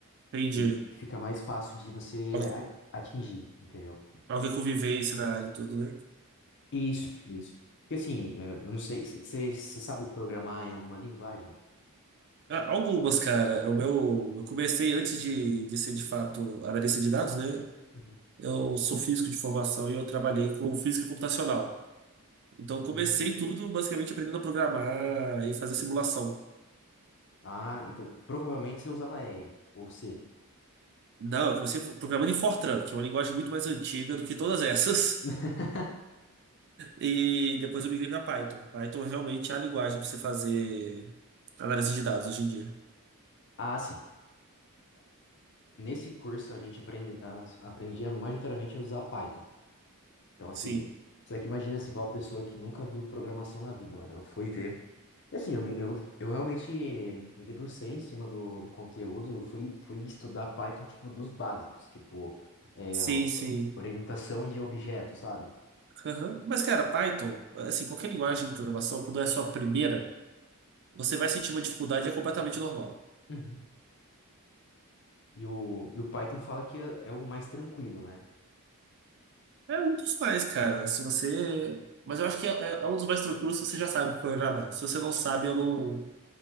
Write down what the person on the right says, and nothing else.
entendi.
Al-
Alguém com vivência na área e tudo, né?
Ah, algumas, cara. É O meu... Eu comecei antes de, de ser, de fato, analista de dados, né?
Eu sou físico de formação e eu trabalhei com física computacional. Então, eu comecei
tudo basicamente aprendendo a programar e fazer simulação.
Não, eu comecei programando em Fortran, que é uma linguagem muito mais antiga do que todas essas.
<laughs> E depois eu migrei para Python. Python realmente é a linguagem para você fazer análise de dados hoje em dia.
Sim,
sim, sim.
Aham. Mas, cara, Python, assim, qualquer linguagem de programação, quando é a sua primeira, você vai sentir uma dificuldade, é completamente normal.
É um dos mais, cara. Se você. Mas eu acho que é, é- é um dos mais tranquilos se você já sabe programar. Se você não sabe, eu não.